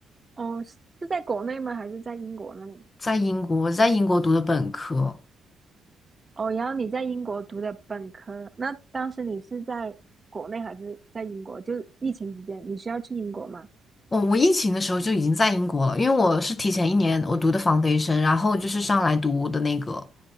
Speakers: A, on the right; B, on the left.
A: 哦，是是在国内吗？还是在英国那里？
B: 在英国，我在英国读的本科。
A: 哦，然后你在英国读的本科，那当时你是在国内还是在英国？就是疫情期间，你需要去英国吗？
B: 我我疫情的时候就已经在英国了，因为我是提前一年我读的 foundation，然后就是上来读的那个